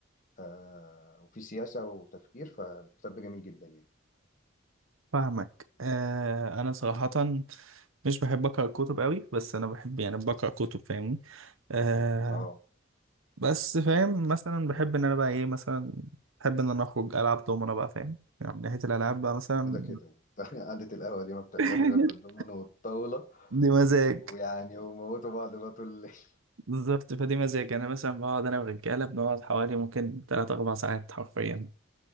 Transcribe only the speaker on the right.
فاهمك آه انا صراحة مش بحب اقرا كتب قوي بس انا بحب يعني بقرا كتب فاهمني آه
بس فاهم مثلا بحب ان انا بقى ايه مثلا بحب ان انا اخرج العب دومنة بقى فاهم يعني من ناحية الالعاب بقى مثلا
<laughs>
دي مزاج
بالظبط فدي مزاج انا مثلا بقعد انا والرجاله بنقعد حوالي ممكن تلات اربع ساعات حرفيا